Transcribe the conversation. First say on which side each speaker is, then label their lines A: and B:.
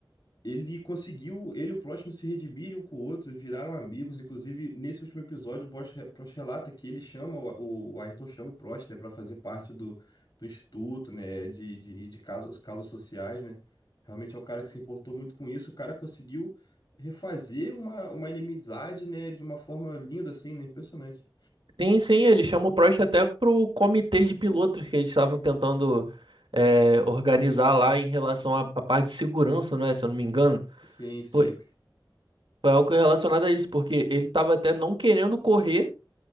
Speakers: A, on the left (about 50°); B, on the right (about 75°).
A: ele conseguiu, ele e o próximo se redimirem um com o outro, viraram amigos. Inclusive, nesse último episódio, o Prost, Prost relata que ele chama, o, o Ayrton chama o Prost, né, para fazer parte do, do instituto, né, de, de, de casos, casos sociais, né. Realmente é um cara que se importou muito com isso. O cara conseguiu refazer uma, uma inimizade, né, de uma forma linda, assim, né, impressionante.
B: Sim, sim, ele chama o Prost até pro comitê de pilotos que eles estavam tentando é, organizar lá em relação à, à parte de segurança, não é? Se eu não me engano.
A: Sim, sim.
B: Foi, foi algo relacionado a isso, porque ele estava até não querendo correr